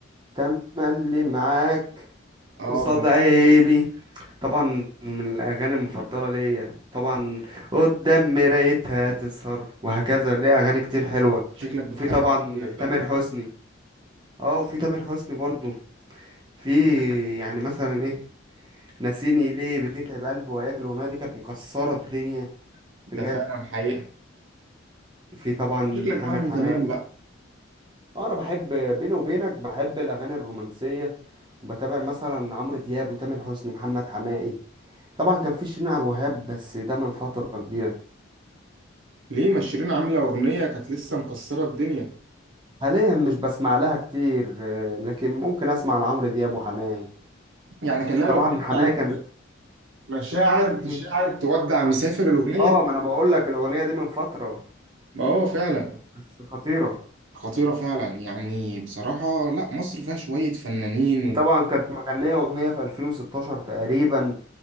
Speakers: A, on the right; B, on the right.
A: تملي معاك
B: اه
A: قصاد
B: ب-
A: عيني طبعا من الاغاني المفضله ليا طبعا قدام مرايتها تسهر وهكذا ليه اغاني كتير حلوه
B: شكلك بتحب
A: في طبعا
B: عمرو دياب بقى
A: تامر حسني اه وفي تامر حسني برضو في يعني مثلا ايه نسيني ليه بتتعب قلبي وياك الاغنيه دي كانت مكسره الدنيا
B: ده
A: بجد
B: فعلا حقيقة
A: في طبعا
B: شكلك
A: محمد
B: بقى من
A: حماقي
B: زمان بقى
A: اه انا بحب بيني وبينك بحب الاغاني الرومانسيه وبتابع مثلا عمرو دياب وتامر حسني محمد حماقي طبعا كان في شيرين عبد الوهاب بس ده من فتره كبيره
B: ليه ما شيرين عاملة أغنية كانت لسه مكسرة الدنيا
A: حاليا مش بسمع لها كتير آه، لكن ممكن اسمع لعمرو دياب وحماقي
B: يعني كان لها
A: طبعا
B: الأغنية بتاعت
A: حماقي كان
B: مشاعر
A: <clears throat>
B: تشاعر تودع مسافر الأغنية
A: اه
B: دي
A: ما انا بقول لك الاغنيه دي من فتره
B: اه فعلا
A: بس خطيره
B: خطيرة فعلا يعني بصراحة لا مصر فيها شوية فنانين
A: وطبعا كانت مغنية أغنية في 2016 تقريبا